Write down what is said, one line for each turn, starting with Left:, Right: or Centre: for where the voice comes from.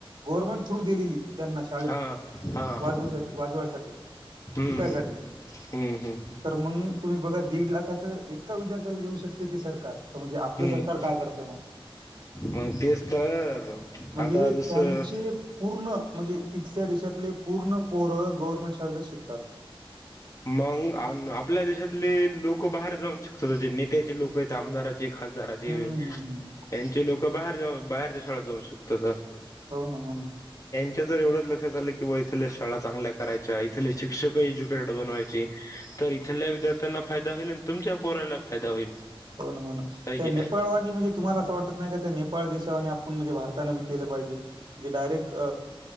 Right: गव्हर्मेंट थ्रु दिलेली त्यांना शाळेत
Left: हा हा हा
Right: वाजवसाठी वाजवायसाठी
Left: हम्म
Right: शिकायसाठी
Left: हम्म हम्म हम्म
Right: तर मग तुम्ही बघा दीड लाखाच एका विद्यार्थ ऊ शकते ती सरकार तर म्हणजे आपलं
Left: हम्म
Right: सरकार काय करतंय.
Left: मग तेच तर
Right: म्हणजे
Left: आता जसं
Right: त्यांचे पूर्ण म्हणजे तिथल्या देशातले पूर्ण पूरं गव्हर्नमेंट शाळेतच शिकतात.
Left: मग आपल्या देशातले लोक बाहेर जाऊन शकतात जे नेत्याचे लोक आहेत आमदाराचे खासदाराचे
Right: हम्म
Left: यांचे
Right: हम्म हम्म.
Left: लोक बाहेर जाऊन बाहेरच्या शाळेत जाऊन शकतात तर
Right: हो ना हो ना.
Left: जर एवढं लक्षात आलं की बाबा इथल्या शाळा चांगल्या करायच्या इथले शिक्षक एज्युकेट बनवायची तर इथल्या विद्यार्थ्यांना फायदा होईल आणि तुमच्या पोराला फायदा होईल.
Right: होन होन
Left: आहे
Right: त्या
Left: की
Right: नेपाळवाणी म्हणजे तुम्हाला असं वाटत नाही का त्या नेपाळ देशावानी आपण म्हणजे भारतानं विक केलं पाहिजे म्हणे डायरेक्ट.